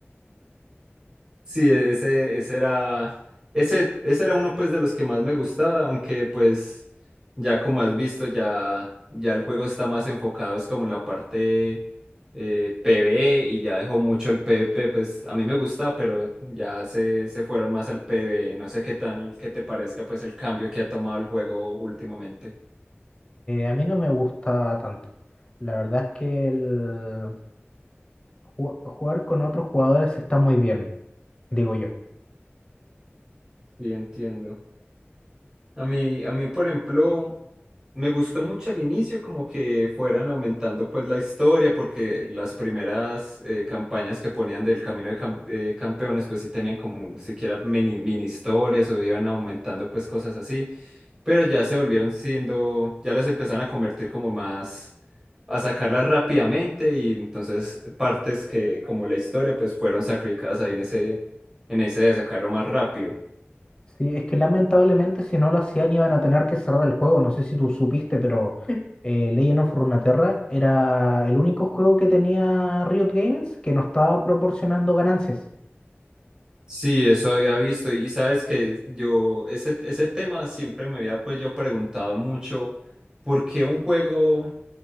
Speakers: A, on the right; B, on the left.
A: Sí, ese, ese era, ese, ese era uno pues de los que más me gustaba, aunque pues ya como has visto, ya, ya el juego está más enfocado, es como en la parte eh, PvE y ya dejó mucho el PvP, pues a mí me gusta, pero ya se, se fueron más al PvE, no sé qué tan, qué te parezca pues el cambio que ha tomado el juego últimamente.
B: a mí no me gusta tanto. La verdad es que el ju- jugar con otros jugadores está muy bien, digo yo.
A: Sí, entiendo. A mí, a mí, por ejemplo, me gustó mucho al inicio como que fueran aumentando pues la historia, porque las primeras eh, campañas que ponían del Camino de, Cam- de Campeones pues sí tenían como un- siquiera mini, mini historias o iban aumentando pues cosas así, pero ya se volvieron siendo, ya las empezaron a convertir como más, a sacarlas rápidamente y entonces partes que como la historia pues fueron sacrificadas ahí en ese, en ese de sacarlo más rápido.
B: Sí, es que lamentablemente si no lo hacían iban a tener que cerrar el juego. No sé si tú supiste, pero eh, Legend of Runeterra era el único juego que tenía Riot Games que no estaba proporcionando ganancias.
A: Sí, eso había visto y sabes que yo ese, ese tema siempre me había pues yo preguntado mucho por qué un juego,